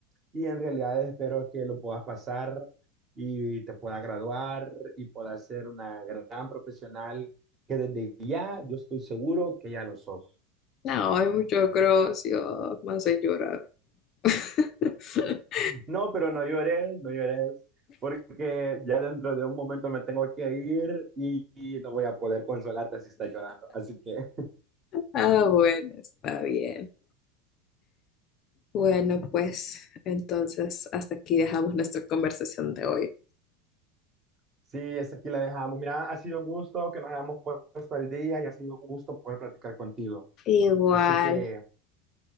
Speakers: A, on the right; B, on the left.
A: Y en realidad espero que lo puedas pasar y te puedas graduar y puedas ser una gran profesional que desde ya yo estoy seguro que ya lo sos.
B: No, hay mucho gracias, me hace llorar. <laughs>
A: No, pero no llores, no llores, porque ya dentro de un momento me tengo que ir y, y no voy a poder consolarte si estás llorando. Así que
B: Ah, bueno, está bien. Bueno, pues entonces hasta aquí dejamos nuestra conversación de hoy.
A: <laughs> sí, hasta aquí la dejamos. Mira, ha sido un gusto que nos hayamos puesto al día y ha sido un gusto poder platicar contigo.
B: Igual.
A: Así que